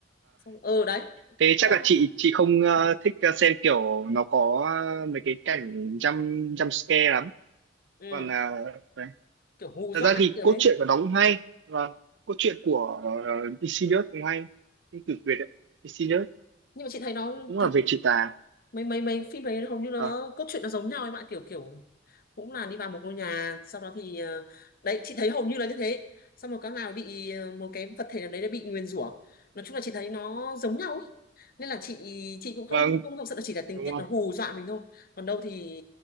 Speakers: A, on the left; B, on the right.
A: Xong- ờ đấy
B: Thế chắc
A: con
B: là chị chị không ờ, thích ờ, xem kiểu nó có ờ, mấy cái cảnh jump jump scare lắm.
A: ừ,
B: Còn ờ, đấy.
A: kiểu hù
B: Thật
A: dọa
B: ra thì
A: kiểu
B: cốt
A: đấy,
B: truyện của nó cũng hay và cốt truyện của uh, Insidious cũng hay. Cái cực Việt ấy. Insidious
A: nhưng mà chị thấy nó
B: cũng
A: thật
B: là về trừ tà.
A: mấy mấy mấy phim đấy hầu như nó
B: Ờ,
A: cốt truyện nó giống nhau ấy bạn kiểu kiểu cũng là đi vào một ngôi nhà sau đó thì ờ, đấy chị thấy hầu như là như thế xong rồi các nào bị ờ, một cái vật thể nào đấy đã bị nguyền rủa nói chung là chị thấy nó giống nhau ấy. nên là chị chị cũng không
B: vâng,
A: không không sợ chỉ là tình
B: đúng
A: tiết
B: rồi.
A: nó hù dọa mình thôi còn đâu thì